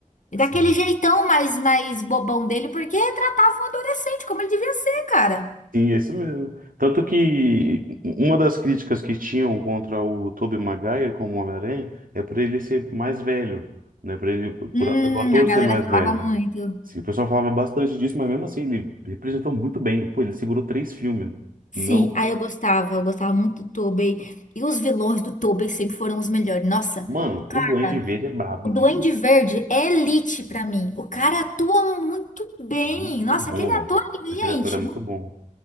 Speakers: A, on the left; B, on the right.
A: E
B: sim.
A: daquele jeitão mais, mais bobão dele, porque tratava um adolescente como ele devia ser, cara.
B: Sim, é isso mesmo. Tanto que uma das críticas que tinham contra o Tobey Maguire como Homem-Aranha é por ele ser mais velho, né? Por ele, por,
A: Hum,
B: pelo ator
A: a galera
B: ser mais
A: falava
B: velho.
A: muito.
B: Sim, o pessoal falava bastante disso, mas mesmo assim ele representou muito bem. Pô, ele segurou três filmes.
A: Sim,
B: Não
A: aí eu gostava, eu gostava muito do Tobey. E os vilões do Tobey sempre foram os melhores. Nossa,
B: Mano, o Duende
A: cara,
B: Verde é brabo
A: o
B: de
A: Duende Verde é elite pra mim. O cara atua muito bem.
B: muito
A: Nossa,
B: bom,
A: aquele
B: velho.
A: ator,
B: Aquele
A: gente,
B: ator é muito bom.